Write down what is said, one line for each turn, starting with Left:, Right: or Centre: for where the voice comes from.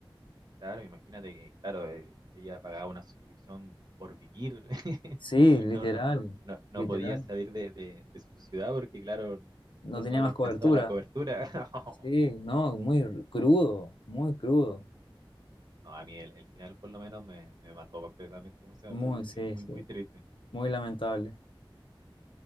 Right: claro, imagínate que, claro, eh, ella pagaba una suscripción por vivir <laughs>
Left: Sí,
Right: y
Left: literal,
Right: no, no, no, no
Left: literal.
Right: podía salir de, de, de su ciudad porque, claro,
Left: no
Right: no,
Left: tenía
Right: no le
Left: más
Right: alcanzaba
Left: cobertura.
Right: la cobertura. <laughs>
Left: Sí, no, muy crudo, muy crudo.
Right: No, a mí el, el final por lo menos me, me mató completamente emocionalmente.
Left: Muy, sí,
Right: Muy,
Left: sí,
Right: muy triste.
Left: muy lamentable.